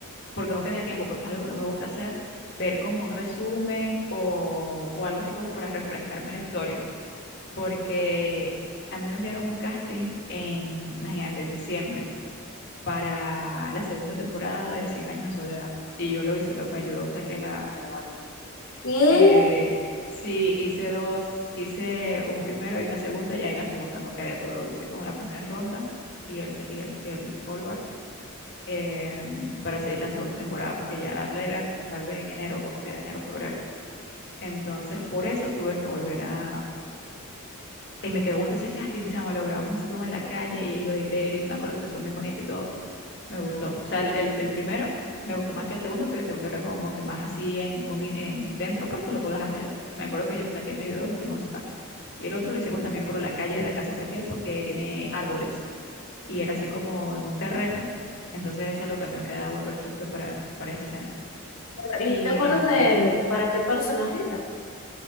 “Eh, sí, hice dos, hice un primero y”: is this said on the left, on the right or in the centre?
Left